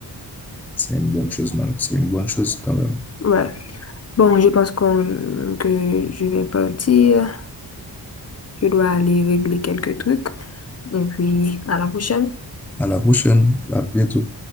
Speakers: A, in the centre; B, on the left (about 35°).
A: C'est une bonne chose, malade. C'est une bonne chose quand même.
B: Ouais. Bon, je pense qu'on, que je vais partir. Je dois aller régler quelques trucs. Et puis, à la prochaine.
A: À la prochaine, à bientôt.